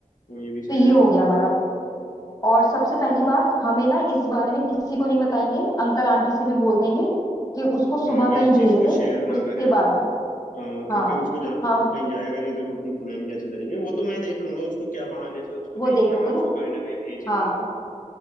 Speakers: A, on the left; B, on the left.
A: हाँ ये भी सही
B: तो ये
A: रहेगा
B: हो गया हमारा और सबसे पहली बात हमें ना इस बारे में किसी को नहीं बताएंगे अंकल आंटी से भी बोल देंगे कि उसको सुबह
A: हाँ कि
B: कहीं
A: इस चीज
B: भेज
A: को
B: दें
A: शेयर ना
B: उसके
A: करें
B: बाद
A: हाँ क्योंकि
B: हाँ
A: उसको जा
B: हाँ
A: वो कहीं जाएगा नहीं तो अपना प्लान कैसे करेंगे वो तो मैं देख लूंगा उसको क्या बहाने से उसको
B: वो
A: भेजना
B: देख लोगे
A: मैं उसको
B: ना
A: कहीं ना कहीं भेज ही
B: हाँ
A: दूंगा